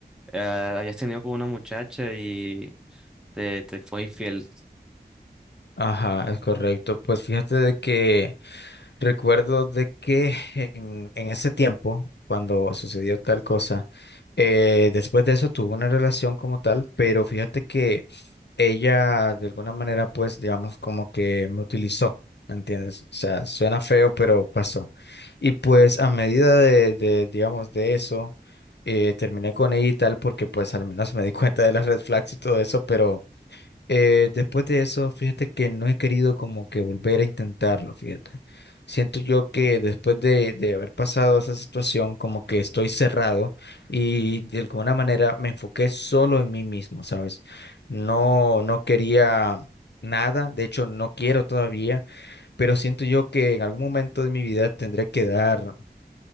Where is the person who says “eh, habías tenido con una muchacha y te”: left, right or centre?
Centre